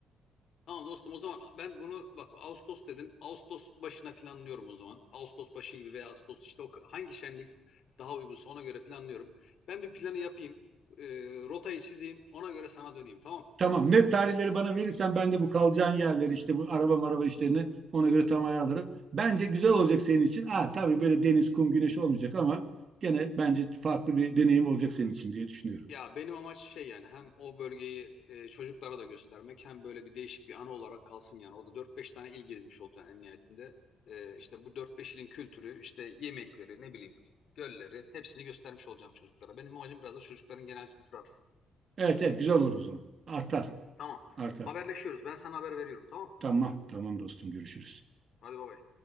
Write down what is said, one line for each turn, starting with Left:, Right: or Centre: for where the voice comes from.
Left: Tamam dostum o zaman ben bunu bak Ağustos dedin. Ağustos başına planlıyorum o zaman. Ağustos başı gibi veya Ağustos işte o hangi şenlik daha uygunsa ona göre planlıyorum. Ben bir planı yapayım. E, rotayı çizeyim. Ona göre sana döneyim tamam
Right: Tamam. Net tarihleri bana verirsen ben de bu kalacağın yerleri işte bu araba maraba işlerini ona göre tam ayarlarım. Bence güzel olacak senin için. Ha tabii böyle deniz, kum, güneş olmayacak ama gene bence farklı bir deneyim olacak senin için diye düşünüyorum.
Left: Ya benim amaç şey yani hem o bölgeyi e, çocuklara da göstermek hem böyle bir değişik bir anı olarak kalsın yani. Orada dört beş tane il gezmiş olacaksın en nihayetinde. E, işte bu dört beş ilin kültürü, işte yemekleri, ne bileyim gölleri hepsini göstermiş olacağım çocuklara. Benim amacım biraz da çocukların genel kültürü arasın.
Right: Evet evet güzel olur o zaman. Artar,
Left: Tamam.
Right: artar.
Left: Haberleşiyoruz. Ben sana haber veriyorum tamam.
Right: Tamam, tamam dostum görüşürüz.
Left: Hadi bay bay.